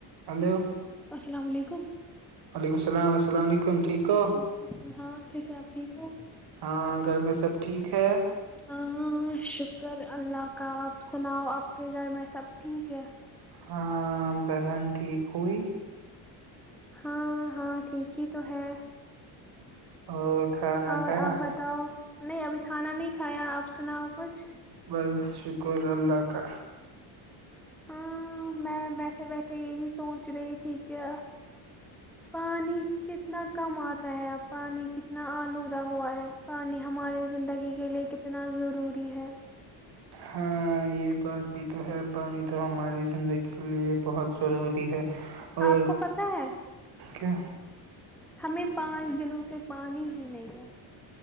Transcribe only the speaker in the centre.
السلام عیکم
وعلیکم السلام ہاںچی سے آپ ٹھیک ہو
ہاں شک کر اللہ کا آپ سناؤ آپ کے گھر میں سب ٹھیک ہے
ہاں ہاں ٹھیک ہی تو ہے
اور
آپ بتاؤ نہیں ابھی کھانا نہیں کھایا آپ سناؤ خچھ
ہاں میں بیٹھے بیٹھے یہی سوچ رہی تھی ٹھیک ہے پانی کتنا کم آتا ہے اب پانی کتنا آلودہ ہوا ہے پانی ہمارے زندگی کے لیے کتنا ضروری ہے
آپ کو پت ہے
ہمیں پانچ دنوں سے پانی ہی نہیں ہے